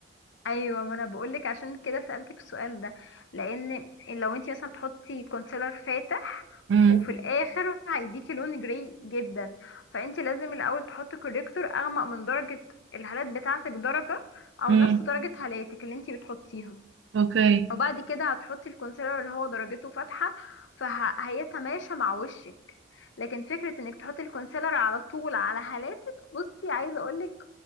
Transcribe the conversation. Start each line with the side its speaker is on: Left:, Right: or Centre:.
Left: ايوه ما انا بقولك عشان كده سألتك السؤال ده لان لو انت مثلا تحطي كونسيلر فاتح
Right: امم
Left: وفي الاخر هيديكي لون جري جدا فانت لازم الاول تحطي كوريكتور اغمق من درجة الهالات بتاعتك درجة او
Right: امم
Left: نفس درجة هالاتك اللي انت بتحطيها
Right: <laughs> اوكي
Left: وبعد كده هتحطي الكونسيلر اللي هو درجته فاتحة فهيتماشى مع وشك لكن فكرة انك تحطي الكونسيلر على طول على هالاتك بصي عايزة اقولك